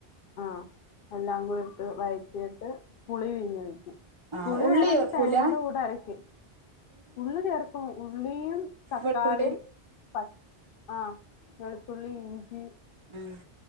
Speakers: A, on the left; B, on the right.
A: ആഹ് എല്ലാം കൂടെ ഇട്ട് വഴ എന്നിട്ട് പുളി പിഴിഞ്ഞ് ഒഴിക്കും
B: ആ
A: പുളി
B: ഉള്ളി
A: വേണോങ്കിൽ
B: ചേർക്കൂല
A: തേങ്ങാടെ കൂടെ അരക്കും ഉള്ളി ചേർക്കും ഉള്ളിയും തക്കാളി
B: വെളുത്തുള്ളി
A: പ ആഹ് വെളുത്തുള്ളി ഇഞ്ചി
B: ആഹ്